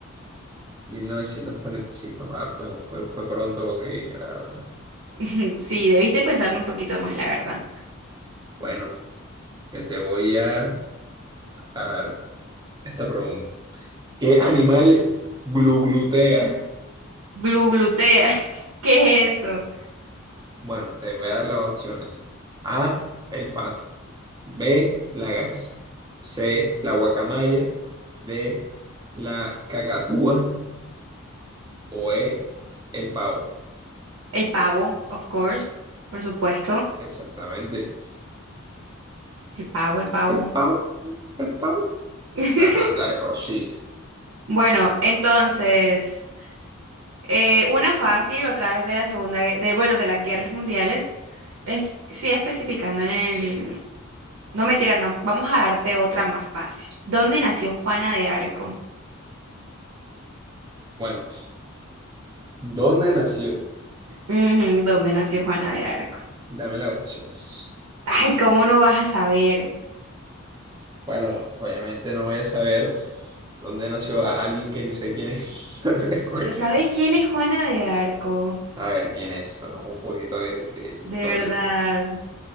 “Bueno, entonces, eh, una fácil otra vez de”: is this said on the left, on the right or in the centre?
Right